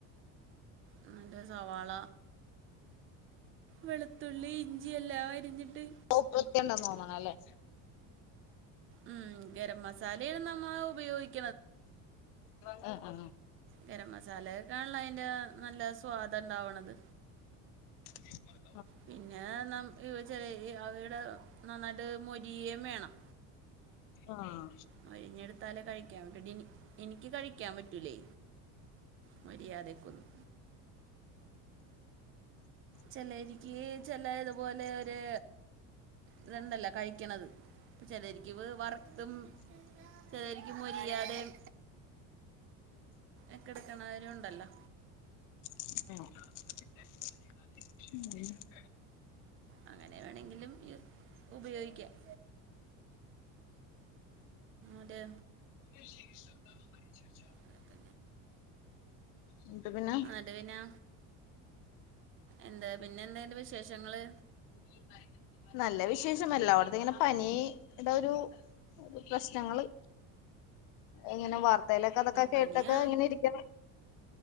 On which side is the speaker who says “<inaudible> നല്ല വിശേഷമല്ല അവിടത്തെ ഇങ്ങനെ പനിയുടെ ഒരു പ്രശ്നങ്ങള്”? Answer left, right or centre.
Left